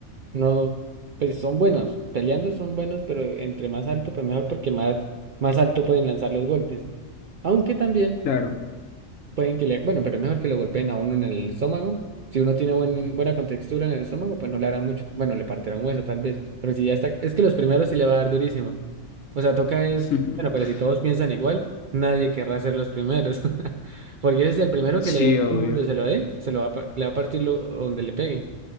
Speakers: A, on the right; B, on the left.
A: No, pues son buenos, peleando son buenos, pero entre más alto, pues mejor porque más, más alto pueden lanzar los golpes. Aunque también
B: claro.
A: pueden que le, bueno, pero es mejor que le golpeen a uno en el estómago. Si uno tiene buen, buena contextura en el estómago, pues no le hará mucho. Bueno, le partirá un hueso tal vez, pero si ya está, es que los primeros sí le va a dar durísimo. O sea, toca es,
B: <laughs>
A: bueno, pero si todos piensan igual, nadie querrá ser los primeros. <laughs> Porque ese es el primero
B: Sí,
A: que le dé un
B: obvio.
A: puño donde se lo dé, se lo va, a pa- le va a partir lo- donde le pegue.